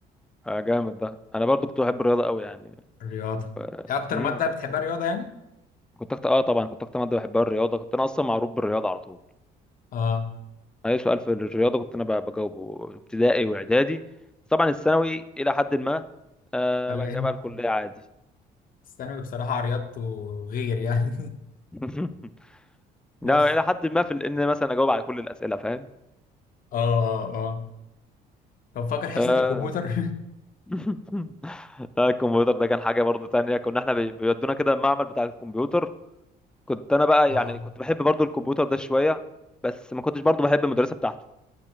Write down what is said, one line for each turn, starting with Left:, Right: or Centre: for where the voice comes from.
Centre: آه، جامد ده انا برضو كنت بحب الرياضه قوي يعني
Left: الرياضه
Centre: ف...
Left: هي اكتر
Centre: مم،
Left: ماده
Centre: كنت
Left: بتحبها الرياضه يعني
Centre: كنت اكتر اه طبعا كنت اكتر ماده بحبها الرياضه كنت انا اصلا معروف بالرياضه على طول
Left: اه
Centre: اي سؤال في الرياضه كنت انا ب- بجاوبه ابتدائي واعدادي طبعا الثانوي الى حد ما آه
Left: قال
Centre: بعد
Left: لي
Centre: كده بقى الكليه عادي
Left: <laughs> الثانوي بصراحه رياضته غير يعني
Centre: <laughs>
Left: <laughs>
Centre: لا
Left: بس
Centre: الى حد ما في ال- ان مثلا اجاوب على كل الاسئله فاهم
Left: اه اه اه طب فاكر حصه
Centre: آه.
Left: الكمبيوتر
Centre: <laughs> لا الكمبيوتر ده كان حاجة برضو تانية كنا احنا بي- بيودونا كده المعمل بتاع الكمبيوتر كنت انا
Left: <laughs>
Centre: بقى
Left: اه
Centre: يعني كنت بحب برضو الكمبيوتر ده شوية بس ما كنتش برضو بحب المدرسة بتاعته